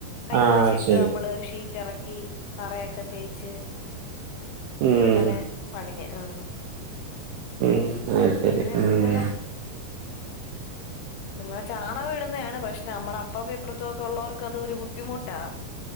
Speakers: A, on the left; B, on the right.
A: കൈക്കാശിട്ട്
B: ആ ശരി
A: നമ്മള് ഷീറ്റെറക്കി തറയൊക്കെ തേച്ച്
B: ഉം
A: അങ്ങനെ പണിഞ്ഞ്. ആഹ്
B: <unintelligible>
A: ഇതുങ്ങള് നിങ്ങള് ചാണകം ഇടുന്നതാണ് പ്രശ്നം. നമ്മുടെ അപ്പവെ ഇപ്പുറത്തും ഓക്കെ ഒള്ളവർക്ക് അത് ഒരു ബുദ്ധിമുട്ടാ.